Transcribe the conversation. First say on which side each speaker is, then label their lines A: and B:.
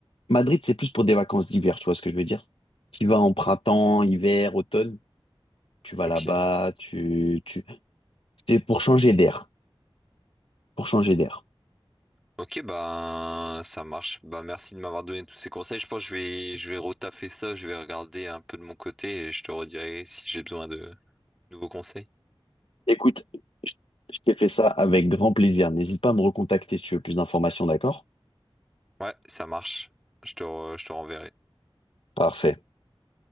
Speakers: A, on the left; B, in the centre.
A: Madrid, c'est plus pour des vacances d'hiver, tu vois ce que je veux dire? Tu vas en printemps, hiver, automne, tu vas
B: Ok.
A: là-bas, tu, tu... C'est pour changer d'air, pour changer d'air.
B: Ok, bah ça marche. Bah merci de m'avoir donné tous ces conseils. Je pense que je vais je vais retaffer ça, je vais regarder un peu de mon côté et je te redirai si j'ai besoin de nouveaux conseils.
A: Écoute, je je t'ai fait ça avec grand plaisir. N'hésite pas à me recontacter si tu veux plus d'informations, d'accord?
B: Ouais, ça marche. Je te re- je te renverrai.
A: Parfait.